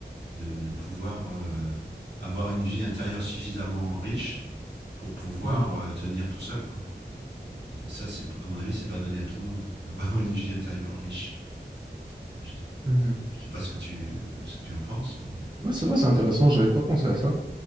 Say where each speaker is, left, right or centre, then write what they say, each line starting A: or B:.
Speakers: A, on the right; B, on the right.
A: de, de pouvoir euh, avoir une vie intérieure suffisamment riche pour pouvoir
B: Hmm,
A: euh, tenir tout seul. Quoi. Et ça, c'est, à mon avis, c'est pas donné à tout le monde <laughs> d'avoir une vie intérieure riche. Je,
B: mhm.
A: je sais pas ce que tu, ce que tu en penses, mais
B: Ouais, c'est vrai, c'est intéressant, j'avais pas pensé à ça.